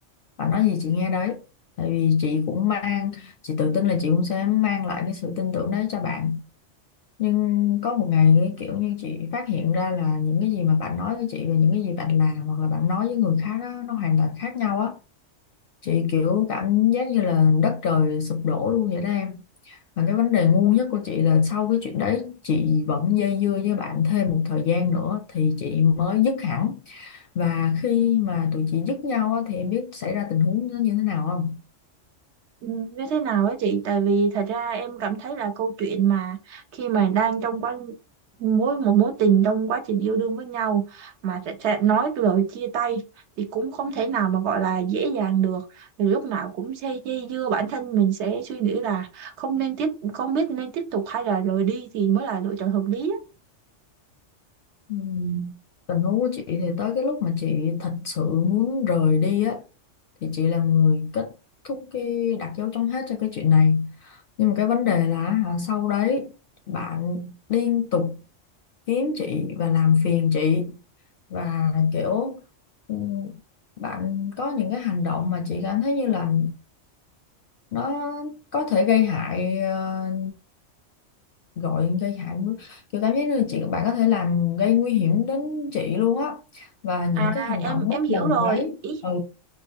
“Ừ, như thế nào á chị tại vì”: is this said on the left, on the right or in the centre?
Right